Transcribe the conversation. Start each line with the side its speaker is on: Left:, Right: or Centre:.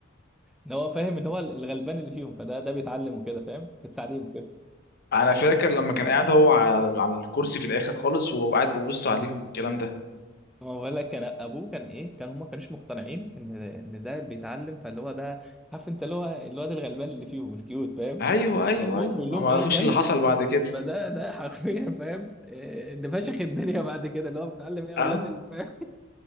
Centre: ان هو فاهم ان هو الغلبان اللي فيهم فده ده بيتعلم وكده فاهم في التعليم وكده
Left: انا فاكر لما كان قاعد هو على على الكرسي في الاخر خالص وهو قاعد ببص عليهم والكلام ده
Centre: ما هو بقول لك كان ابوه كان ايه كان هم ما كانوش مقتنعين ان ان ده اللي بيتعلم فاللي هو ده عارف انت اللي هو الواد الغلبان اللي فيهم الكيوت فاهم
Left: ايوه ايوه
Centre: فابوه
Left: ايوه
Centre: بيقول
Left: ما
Centre: لهم
Left: معرفوش
Centre: ايه ده اللي
Left: اللي حصل
Centre: بيت...
Left: بعد كده
Centre: فده ده حرفيا فاهم إيه اللي فشخ الدنيا بعد كده اللي هو بيتعلم ايه يا
Left: اه
Centre: ولاد اللي فاهم